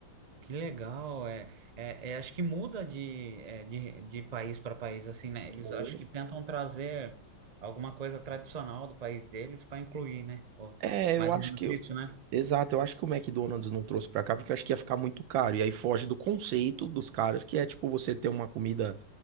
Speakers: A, on the right; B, on the right.
A: que legal. É, é, é, acho que muda de, é, de, de país para país, assim, né? Eles
B: Bom,
A: acho que tentam trazer alguma coisa tradicional do país deles para incluir, né? Ó,
B: É, eu
A: mais
B: acho
A: ou menos
B: que
A: isso, né?
B: Exato, eu acho que o McDonald's não trouxe pra cá porque eu acho que ia ficar muito caro. E aí foge do conceito dos caras, que é tipo você ter uma comida